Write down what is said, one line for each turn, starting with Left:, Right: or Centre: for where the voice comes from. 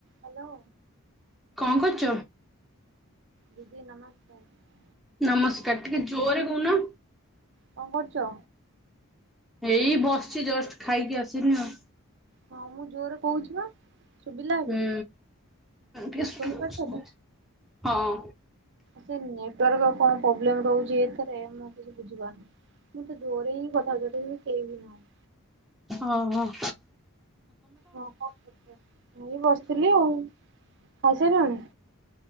Right: ହାଲୋ।
Centre: କଣ କରୁଛ?
Right: ଦିଦି ନମସ୍କାର।
Centre: ନମସ୍କାର ଟିକେ ଜୋରେ କହୁନ।
Right: କଣ କରୁଚ।
Centre: ଏଇ ବସିଛି ଜଷ୍ଟ ଖାଇକି ଆସିନି ଆଉ।
Right: ହଁ ମୁଁ ଜୋରରେ କହୁଛି ବା। ଶୁଭିଲା ଏବେ
Centre: ହୁଁ ଟିକେ ସ୍ଲୋ
Right: ଶୁଣିପାରୁଛ
Centre: ଶୁଗୁଚି
Right: ତ?
Centre: ହଁ।
Right: ସେ ନେଟୱାର୍କ କଣ ପ୍ରୋବ୍ଲେମ ରହୁଛି ଏଥରେ ମୁଁ କିଛି ବୁଝିପାରୁନିଁ ମୁଁ ତ ଜୋରେ ହିଁ କଥାି ହଉଚି ଏଥି ତ କେହି ନାହାନ୍ତି।
Centre: ଓୋ ହ।
Right: ହଁ ମୁଁ ବି ବସିଥିଲି ଆଉ ଖସିଲାଣି।